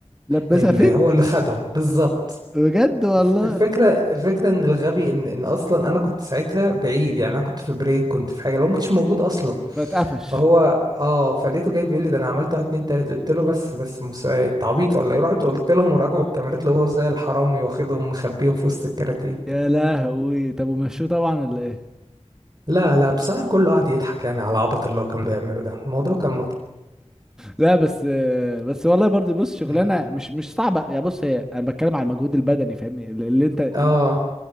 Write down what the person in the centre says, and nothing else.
لبسها
فيك
بجد والله
فاتقفش
يا لهوي طب ومشوه طبعا ولا ايه
لا بس بس والله برضه بص شغلانه
مش مش صعبه يعني بص هي انا بتكلم على المجهود البدني فاهمني اللي انت